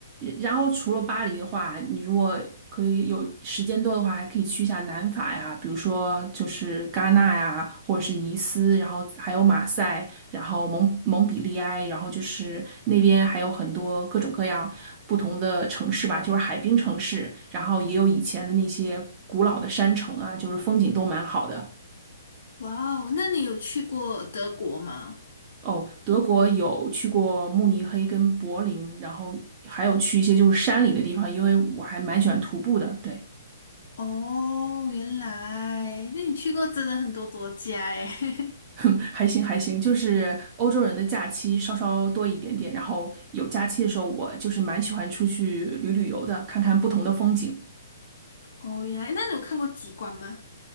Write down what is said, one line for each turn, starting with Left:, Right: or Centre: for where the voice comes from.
Right: 然后除了巴黎的话，你如果可以有时间多的话，还可以去一下南法呀，比如说就是戛纳呀，或者是尼斯，然后还有马赛，然后蒙蒙彼利埃，然后就是那边还有很多各种各样不同的城市吧，就是海滨城市，然后也有以前的那些古老的山城啊，就是风景都蛮好的。
Left: 哇哦，那你有去过德国吗？
Right: 哦，德国有去过慕尼黑跟柏林，然后还有去一些就是山里的地方，因为我还蛮喜欢徒步的，对。
Left: 哦，原来，那你去过真的很多国家诶。<laughs>
Right: <laughs> 还行还行，就是欧洲人的假期稍稍多一点点，然后有假期的时候，我就是蛮喜欢出去旅旅游的，看看不同的风景。
Left: 哦，原来，那你有看过极光吗？